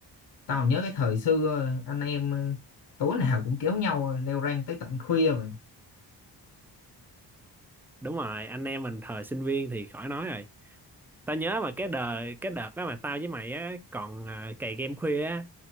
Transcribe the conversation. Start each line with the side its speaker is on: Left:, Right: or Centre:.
Left: tao nhớ cái thời xưa ờ, anh em ờ, tối nào cũng kéo nhau ờ, leo rank tới tận khuya mà
Centre: đúng rồi anh em mình thời sinh viên thì khỏi nói rồi tao nhớ mà cái đời cái đợt đó mà tao với mày á còn à, cày game khuya á